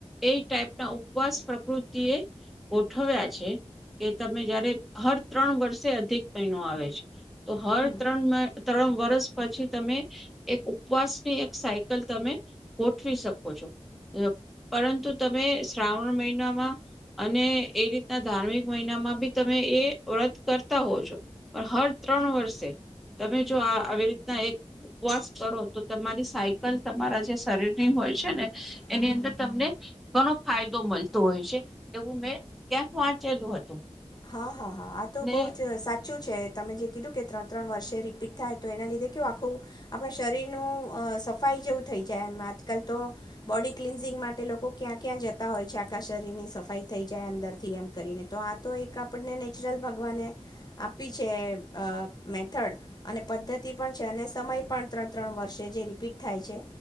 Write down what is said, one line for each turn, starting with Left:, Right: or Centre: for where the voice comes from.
Centre: એ ટાઈપ ના ઉપવાસ પ્રકૃતિએ ગોઠવ્યા છે, કે તમે જયારે હર ત્રણ વર્ષે અધિક પિનો આવે છે. તો હર
Left: હમ
Centre: ત્રણ ત્રણ વર્ષ પછી તમે, એક ઉપવાસની એક સાયકલ તમે ગોઠવી શકો છો, પરંતુ તમે શ્રાવણ મહિનામાં અને એ રીતના ધાર્મિક મહિનામાં બી તમે એ વ્રત કરતા હોવ છો, પણ હર ત્રણ વર્ષે, તમે જો આ આવી રીતના એક ઉપવાસ કરો તો તમારી સાયકલ તમારા જે શરીરની હોય છે ને.
Left: હમ
Centre: એની અંદર તમને ઘણો ફાયદો મળતો હોય છે. એવું મેં ક્યાંક વાંચેલું હતું.
Left: હા હા. હા આ તો
Centre: ને
Left: બહુ જ સાચ સાચું છે તમે જે કીધું કે ત્રણ ત્રણ વર્ષે રિપીટ થાય તો એના લીધે કું આખું, આપણા શરીરનું સફાઈ જેવું થઈ જાય એમ આજકાલ તો, બોડી ક્લિન્ઝિંગ માટે લોકો ક્યાં ક્યાં જતા હોય છે આખા શરીરની સફાઈ થઈ જાય અંદરથી એમ કરીને તો આ તો એક આપણને નેચરલ ભગવાને, આપી છે મેથડ અને પદ્ધતિ પણ છે અને સમય પણ ત્રણ ત્રણ વર્ષે જે રિપીટ થાય છે,